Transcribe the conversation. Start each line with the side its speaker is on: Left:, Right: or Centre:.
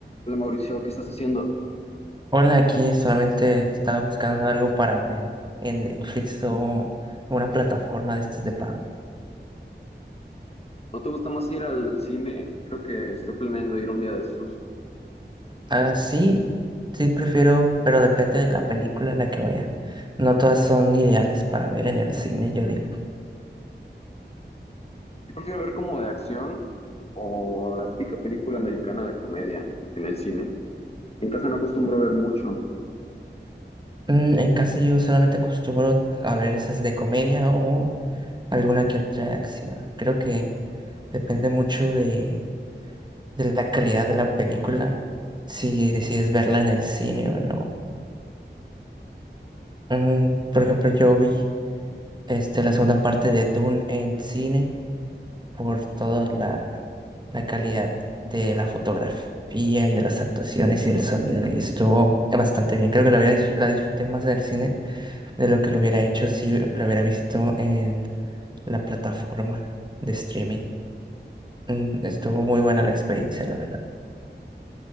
Left: Hola Mauricio, ¿qué estás haciendo?
Right: Hola, aquí solamente estaba buscando algo para ver en Netflix o una plataforma de estos de pago.
Left: ¿No te gusta más ir al cine? Creo que estoy planeando ir un día de estos.
Right: Ah, sí, sí prefiero, pero depende de la película a la que vaya. No todas son ideales para ver en el cine, yo digo.
Left: Yo prefiero ver como de acción o la típica película americana de comedia en el cine. En casa no acostumbro a ver mucho.
Right: Mm, en casa yo solamente acostumbro a ver esas de comedia o alguna que otra de acción. Creo que depende mucho de, de la calidad de la película, si decides verla en el cine o no. Mm, por ejemplo, yo vi este, la segunda parte de Dune en cine por toda la, la calidad de la fotografía y de las actuaciones y del sonido. Y estuvo bastante bien. Creo que la, había dis- la disfruté más en el cine de lo que lo hubiera hecho si lo hubiera visto en la plataforma de streaming. Mm, Estuvo muy buena la experiencia, la verdad.